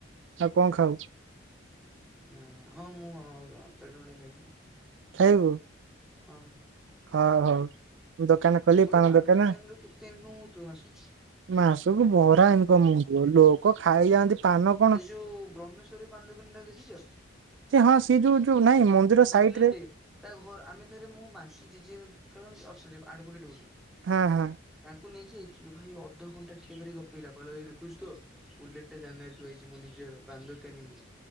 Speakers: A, on the right (about 70°); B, in the centre.
A: ଆଉ କଣ ଖାଉ?
B: ନା ହଁ ମୁଁ ତେଢ଼େ ମେଢେ ଖାଇବି ନା
A: ଖାଇବୁ?
B: ହଁ
A: ହଉ ହଉ ଦୋକାନ ଖୋଲି
B: ଗୋଟେ ପାନ
A: ଦୋକାନ
B: ଦୋକାନରୁ କେତେ ଇନକମ ହଉଥିବ ମାସକୁ?
A: ମାସକୁ ବରା ଇନକମ ଲୋକ ଖାଇଯାଆନ୍ତି। ପାନ କଣ
B: ସେ ଯୋଉ ବ୍ରହ୍ମେଶ୍ଵରୀ ପାନଦୋକନ ଟା ଦେଖିଛ?
A: ଯେ ହଁ ସିଏ ଯୋଉ ଯୋଉ ନାଇଁ
B: ସିଏ
A: ମନ୍ଦିର
B: ଭାଇ
A: ସାଇଡ
B: ବୁଲେଟେ
A: ରେ
B: ତା ଘର ଆମେ ଥରେ ମୁଁ ବା ଅଛନ୍ତି ଆଡଭୋକେଟ ବୋଲି
A: ହଁ ହଁ
B: ତାଙ୍କୁ ନେଇକି ଭାଇ ଅଧଘଣ୍ଟା ଠିଆକରାଇ ଗପିଲା -କହିଲ ଦେଖୁୁଛୁ ତ ବୁଲେଟ ଟା ସାମ୍ନାରେ ଥୁଆ ହେଇଛି, ମୁଁ ନିଜେ ଦୋକାନୀ ମୁଁ